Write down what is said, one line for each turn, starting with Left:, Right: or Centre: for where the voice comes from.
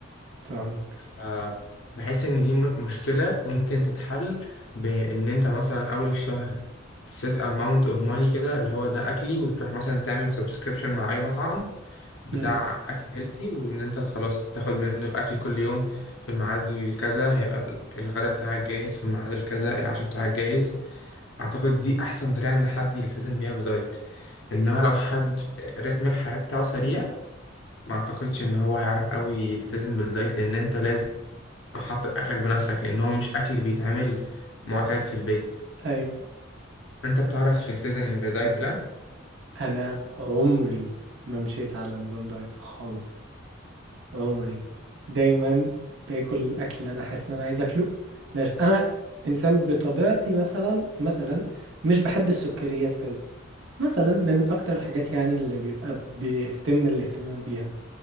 Right: فاهمك
Left: آه، بحس ان دي م- مشكلة ممكن تتحل بان انت مثلا اول الشهر تسيت amount of money كده اللي هو ده اكلي وتروح مثلا تعمل subscription مع اي مطعم بتاع
Right: مم.
Left: اكل هيلسي وان انت خلاص تاخد منه الاكل كل يوم في الميعاد الكذا هيبقى ال- الغدا بتاعك جاهز في الميعاد الكذا العشاء بتاعك جاهز اعتقد دي احسن طريقة ان حد يلتزم بيها في دايت انما لو حد رتم الحياة بتاعه سريع ما اعتقدش ان هو هيعرف قوي يلتزم بالدايت لان انت لازم حط اكلك بنفسك لان هو مش اكل بيتعمل معتاد في البيت
Right: ايوه
Left: انت بتعرف تلتزم بدايت بلان
Right: انا عمري ما مشيت على نظام دايت خالص عمري دايما باكل الاكل اللي انا حاسس ان انا عايز اكله لاش انا انسان بطبيعتي مثلا مثلا مش بحب السكريات قوي مثلا من اكتر الحاجات يعني اللي بيبقى بيهتم الاهتمام بيها